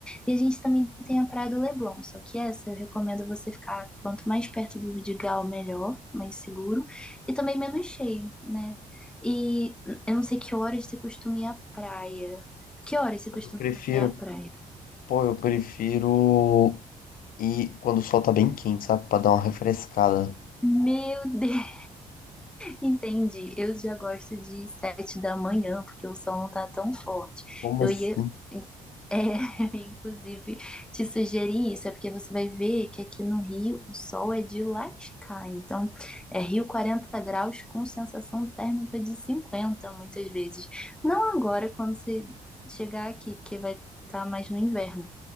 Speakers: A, in the centre; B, on the left.
A: E a gente também tem a Praia do Leblon. Só que essa eu recomendo você ficar quanto mais perto do Vidigal, melhor, mais seguro. E também menos cheio, né? E eu não sei que horas você costuma ir à praia. Que horas você
B: Pô,
A: costuma
B: eu prefiro.
A: ir à praia?
B: Pô, eu prefiro. E quando o sol tá bem quente, sabe? Pra dar uma refrescada.
A: Meu Deus! Entendi. Eu já gosto de sete da manhã, porque o sol não tá tão forte.
B: Como
A: Eu
B: assim?
A: ia, é, <laughs> inclusive, te sugerir isso, é porque você vai ver que aqui no Rio o sol é de lascar. Então, é Rio 40 graus com sensação térmica de 50, muitas vezes. Não agora, quando você chegar aqui, porque vai estar mais no inverno.